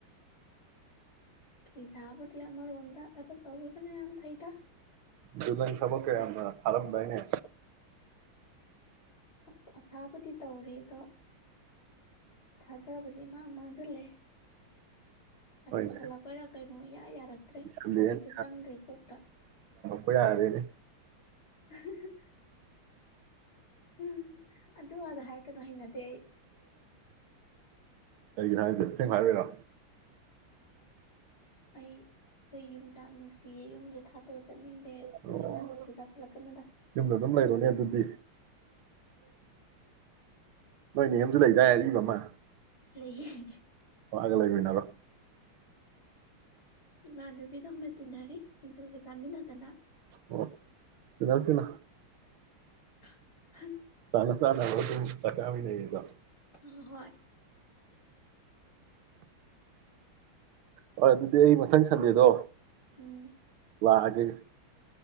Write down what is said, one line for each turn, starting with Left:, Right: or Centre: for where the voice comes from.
Left: ꯐꯤꯁꯥꯕꯨꯗꯤ ꯑꯃꯔꯣꯝꯗ ꯊꯕꯛ ꯇꯧꯕꯤꯕꯅ ꯌꯥꯝ ꯐꯩꯗ
Right: ꯗ ꯁꯕ ꯀꯦ ꯈꯔꯞ ꯏꯅꯦ
Left: ꯑꯁ ꯑꯁꯥꯕꯨꯗꯤ ꯇꯧꯔꯤꯦ ꯑꯗꯣ ꯊꯥꯖꯕꯁꯤꯦꯃꯥꯡ ꯃꯥꯡꯁꯤꯜꯂꯦ ꯍꯃꯨꯁꯜꯂꯛꯄꯔꯥ
Right: ꯍꯣꯏꯅꯦ
Left: ꯀꯩꯅꯣ ꯏꯌꯥ ꯌꯥꯔꯛꯇ꯭ꯔꯦ
Right: ꯂꯣꯏꯁꯤꯜꯂꯦꯅ
Left: ꯂꯥꯏꯔꯤꯛꯁꯦ ꯆꯪꯗ꯭ꯔꯦ ꯀꯣꯛꯇ
Right: ꯑꯩ ꯌꯥꯗꯦꯅꯦ
Left: <unintelligible> ꯎꯝ ꯑꯗꯨ ꯑꯗ ꯍꯥꯏꯔꯛꯀꯅꯨ ꯍꯩꯅꯗꯤ ꯑꯩ
Right: ꯀꯒꯤ ꯁꯥꯡ ꯆ ꯊꯦꯡ ꯍꯥꯏꯥꯏꯔꯔ
Left: ꯑꯩ ꯑꯩꯈꯣꯏ ꯌꯨꯝꯆꯥꯛ ꯅꯨꯡꯁꯤ ꯁꯤ ꯌꯨꯝꯁ ꯊꯥꯗꯣꯛꯑ ꯆꯠꯅꯤꯡꯗꯦ ꯑ
Right: ꯑꯣ
Left: ꯄꯨꯛꯅꯤꯡ ꯉꯥꯅꯨꯁꯤꯗ ꯄꯠꯂꯛꯀꯅꯨꯗ
Right: ꯌꯨꯝꯗ ꯑꯗꯨꯝ ꯂꯩꯔꯣꯅꯦ ꯑꯗꯨꯗꯤ ꯅꯣꯏꯅꯦ ꯑꯦꯝꯁꯨ ꯂꯩꯗꯥꯏ ꯑꯔꯤꯕ ꯑꯃ
Left: ꯂꯩꯌꯦ
Right: ꯑꯒ ꯂꯩꯕ ꯅꯕꯣ
Left: ꯏꯃꯕꯤꯗ ꯍꯅ ꯇꯤꯟꯅꯔꯤ ꯁꯤꯡꯖꯨꯒ ꯆꯥꯃꯤꯟꯅꯗꯅ
Right: ꯑꯣ ꯏꯇꯅ
Left: <unintelligible>
Right: ꯃꯅꯁ ꯅꯣꯏꯗꯨ ꯇꯊꯥꯃꯤ ꯂꯩ ꯏꯗ
Left: ꯍꯣꯏ
Right: ꯍ ꯑꯗꯨꯗꯤ ꯑꯩ ꯃꯊꯪ ꯁꯟꯗꯦꯗꯣ
Left: ꯎꯝ
Right: ꯋꯥ ꯎ